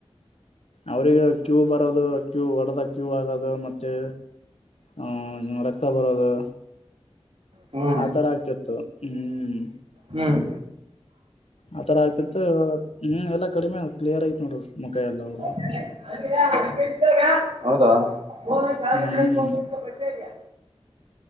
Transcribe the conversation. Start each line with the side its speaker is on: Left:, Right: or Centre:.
Left: ಅವ್ರಿಗು ಕೀವು ಬರೋದು ಕ್ಯೂ ಒಡೆದ ಕ್ಯೂ ಆಗೋದು, ಮತ್ತೆ ಉ ಉ ಆ ರಕ್ತ ಬರೋದು.
Right: ಹ್ಞೂ
Left: ಆತರ ಆಗ್ತಿತ್ತು ಹ್ಮ್
Right: ಹ್ಮ್
Left: ಆತರ ಆಗ್ತಿತ್ತು ಹ್ಮ್, ಎಲ್ಲಾ ಕಡಿಮೆ ಕ್ಲಿಯರ್ ಐತ್ ನೋಡ್ರ ಮುಖ ಎಲ್ಲ ಅವ
Right: <inaudible> ಸಾ <unintelligible>
Left: ಹ್ಮ್
Right: ಬಟ್ಟೆಗೆ